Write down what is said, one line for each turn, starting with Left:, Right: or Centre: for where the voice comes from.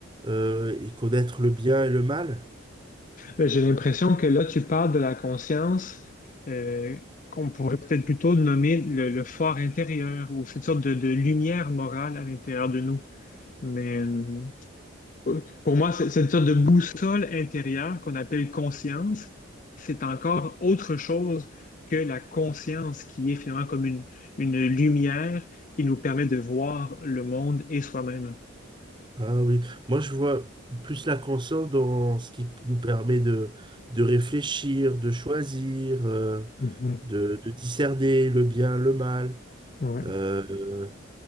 Right: euh, et connaître le bien et le mal?
Left: Ben, J'ai l'impression que là, tu parles de la conscience euh, qu'on pourrait peut-être plutôt nommer le, le fort intérieur ou cette sorte de, de lumière morale à l'intérieur de nous. Mais, euh, Euh, Pour moi, c'est c'est une sorte de boussole intérieure qu'on appelle conscience. C'est encore autre chose que la conscience qui est finalement comme une, une lumière qui nous permet de voir le monde et soi-même.
Right: Ah oui, moi je vois plus la conscience dans ce qui nous permet de, de réfléchir, de choisir, euh,
Left: Mhm.
Right: de, de discerner le bien, le mal.
Left: Ouais.
Right: Euh,